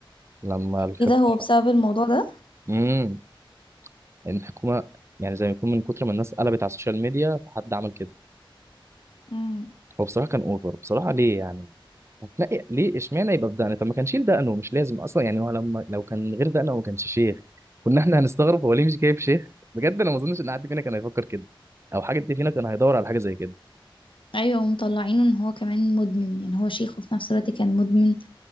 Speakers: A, on the right; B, on the left.
A: لما الحكومة
B: ايه ده هو بسبب الموضوع ده
A: امم الحكومة يعني زي ما يكون من كتر ما الناس قلبت على السوشيال ميديا فحد عمل كده
B: مم.
A: هو بصراحه كان اوفر بصراحه ليه يعني هتلاقي ليه اشمعنى يبقى بدقنه طب ما كان شيل دقنه مش لازم اصلا يعني هو لما لو كان من غير دقنه هو ما كانش شيخ كنا احنا هنستغرب هو ليه مش جايب شيخ بجد انا ما اظنش ان حد فينا كان هيفكر كده او حد فينا كان هيدور على حاجه زي كده
B: ايوه ومطلعينه ان هو كمان مدمن يعني هو شيخ وفي نفس الوقت كان مدمن